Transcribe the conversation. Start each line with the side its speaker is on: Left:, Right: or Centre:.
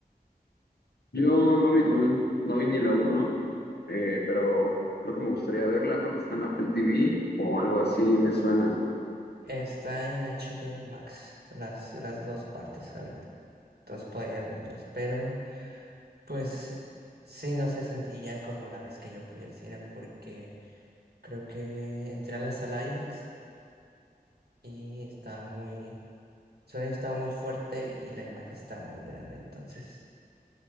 Left: Yo no vi Dune, no vi ni la uno, eh, pero creo que me gustaría verla. Creo que está en Apple TV o algo así, me suena.
Right: Está en HBO Max, las, las dos partes ahorita. Entonces podrías verlas, pero... Pues sí, no se sentiría como la vez que yo fui al cine porque creo que entré a la sala IMAX y estaba muy, el sonido estaba muy fuerte y la imagen estaba muy grande, entonces